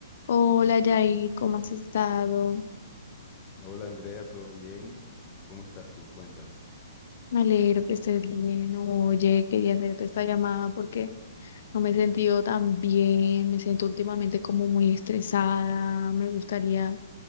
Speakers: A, on the left; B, on the left.
A: Hola Yair, ¿cómo has estado?
B: Hola Andrea, ¿todo bien? ¿Cómo estás tú? Cuéntame.
A: Me alegro que estés bien. Oye, quería hacerte esta llamada porque no me he sentido tan bien, me siento últimamente como muy estresada, me gustaría